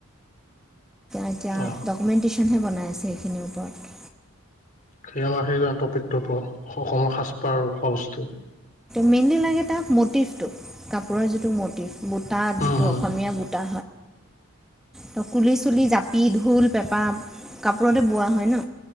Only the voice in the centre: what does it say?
এতিয়া
ডকুমেন্টেশচন হে বনাই আছে সেই খিনিৰ ওপৰত
মেইনলি লাগে তাৰ মটিভটো কাপোৰৰ যিটো মটিভ বুটা
যিটো
অসমীয়া বুটা তো কুলি চুলি জাপি ঢোল পেঁপা কাপোৰতে বোৱা হয় ন